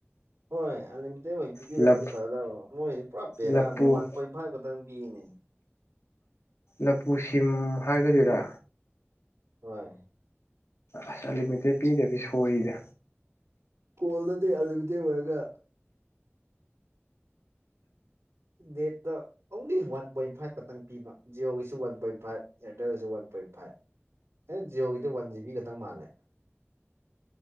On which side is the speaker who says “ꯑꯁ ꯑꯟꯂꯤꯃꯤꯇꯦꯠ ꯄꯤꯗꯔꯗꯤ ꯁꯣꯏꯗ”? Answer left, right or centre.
Left